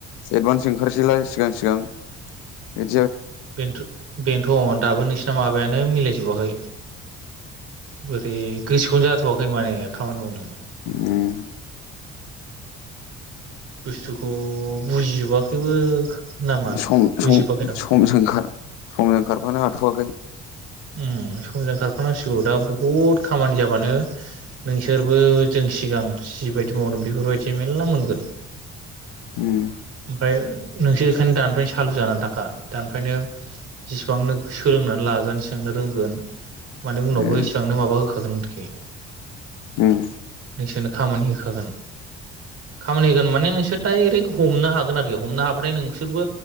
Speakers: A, on the left; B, on the right.
A: एडभान्स ओंखारसैलाय सिगां सिगां। <unintelligible>
B: बेन्थो बेन्थ दाबो नोंसि माबायानो मिलायजोबाखै बोर यै गोसोखौनो जाथवाखै माने। खामानि मावनो
A: उम।
B: बुस्थुखौ बुजिजोबाखैबो नामा
A: सम
B: बुजिजोबाखै
A: सम
B: र'
A: समजों खार समजों खारफानो हाथवाखै।
B: उम समजों खारफानांसिगौ दा बहुद खामानि जाबानो नोंसोरबो जों सिगां जिबायदि मावदों बेफोरबायदि मेल्ला मोनगोन।
A: उम
B: ओमफाय नोंसोर बेखायनो दानिफ्रायनो सालु जानानै थाखा दानिफ्रायनो जेसिबांनो सोलोंनानै लागोन एस सांनो रोंगोन माने उनावबो
A: ए
B: इसेबांनो माबा होखागोन आरोखि।
A: उम
B: नोंसोरनो खामानि होखागोन खामानि होगोन माने नोंसोर दाइरेक हमनो हागोन आरोखि हमनो हाबथाय नोंसोरबो